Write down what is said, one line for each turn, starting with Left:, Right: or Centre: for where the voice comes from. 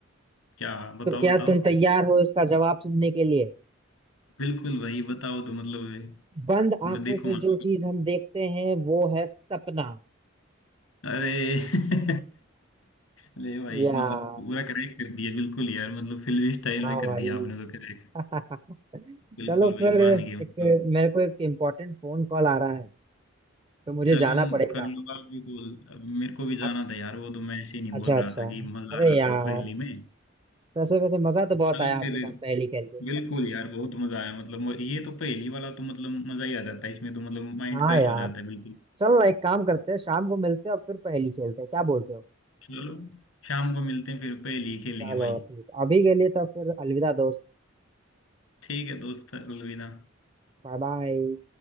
Left: क्या बताओ
Right: तो क्या
Left: बताओ
Right: तुम तैयार हो इसका जवाब सुनने के लिए
Left: बिल्कुल भाई बताओ तो मतलब
Right: बंद
Left: मैं
Right: आंखों
Left: देखूंगा
Right: से जो चीज हम देखते हैं वो है सपना
Left: अरे <laughs> ले भाई
Right: यार
Left: मतलब पूरा करेक्ट कर दिया बिल्कुल यार मतलब फिल्मी स्टाइल
Right: हाँ
Left: में कर
Right: भाई
Left: दिया आपने तो करेक्ट
Right: <laughs>
Left: बिल्कुल
Right: चलो
Left: भाई
Right: फिर
Left: मान गया मतलब
Right: एक मेरे को एक इम्पोर्टेंट फोन कॉल आ रहा है तो मुझे
Left: चलो
Right: जाना पड़ेगा
Left: कर लो आप भी बोल अब मेरे को भी जाना
Right: अ-
Left: था यार वो तो मैं ऐसे ही नहीं
Right: अच्छा
Left: बोल
Right: अच्छा
Left: रहा था कि मजा
Right: अरे
Left: आ रहा
Right: यार
Left: था पहेली में
Right: वैसे वैसे मजा तो बहुत
Left: चलो
Right: आया आपके
Left: फिर
Right: साथ पहेली खेल के
Left: बिल्कुल यार बहुत मजा आया मतलब म- ये तो पहेली वाला तो मतलब मजा ही आ जाता है इसमें तो मतलब माइंड
Right: हाँ
Left: फ्रेश
Right: यार
Left: हो जाता है बिल्कुल
Right: चल ना, एक काम करते हैं शाम को मिलते हैं और फिर पहेली खेलते हैं क्या बोलते हो
Left: चलो शाम को मिलते हैं फिर पहेली खेलेंगे
Right: चलो
Left: भाई
Right: ठीक है अभी के लिए तो फिर अलविदा दोस्त
Left: ठीक है दोस्त अलविदा
Right: Bye bye